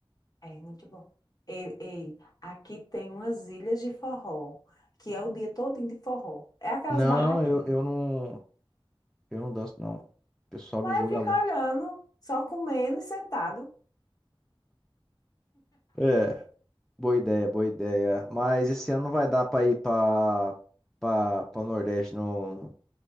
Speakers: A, on the left; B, in the centre.
A: É muito bom. Ei, ei, aqui tem umas ilhas de forró, que é o dia todo de forró. É aquelas
B: Não,
A: barraquinhas.
B: eu, eu não. Eu não danço, não. O pessoal me
A: Aí
B: julga
A: fica
B: muito.
A: olhando, só comendo e sentado.
B: É, boa ideia, boa ideia. Mas esse ano não vai dar pra ir pra, pra, pra Nordeste no